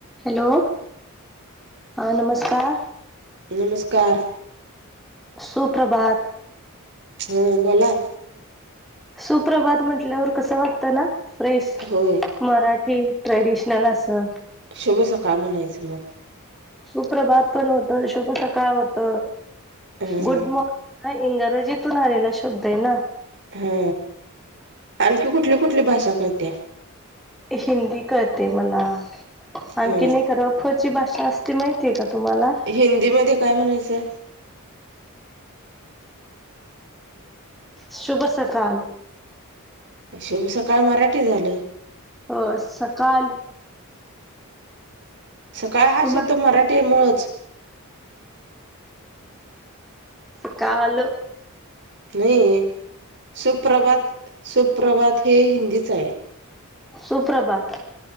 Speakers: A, in the centre; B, on the right.
A: Hello! हा नमस्कार.
B: नमस्कार.
A: सुप्रभात.
B: हं, बोला?
A: सुप्रभात म्हटल्यावर कसं वाटतं ना? फ्रेश
B: होय
A: मराठी, ट्रेडिशनल असं?
B: शुभ सकाळ, म्हणायचं मग.
A: सुप्र बात पण होत शुभ सकाळ होत
B: हं
A: गुड मॉर्ि हा इंग्रजीतून आलेला शब्द आहे ना
B: हा आणखी कुठली कुठली भाषा कळत्या
A: हिंदी कळते मला आणखी
B: हं
A: नाही कर ्ची भाषा असते माहितीय का तुम्हाला
B: हिंदीमध्येध्ये काय म्हणायचं
A: शुभ सकाल
B: शेभी सकाळ मराठी झालं
A: हो सकाल
B: सकाळ हा
A: तुम्हाला
B: शब्द मराठी आहे मुळच
A: सकाल
B: नाही सुप्रभात सुप्रभात हे हिंदीच आहे
A: सुप्रभात